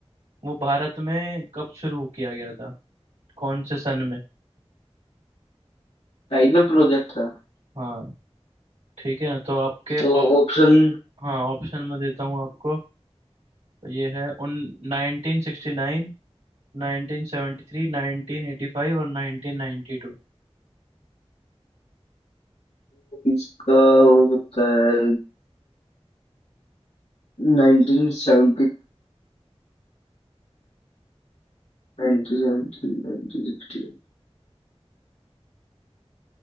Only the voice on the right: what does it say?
वो भारत में कब शुरू किया गया था कौन से सन में
हाँ ठीक है तो आपके
ऑप
हाँ ऑप्शन में देता हूँ आपको ये है उन 1969 1973 1985 और 1992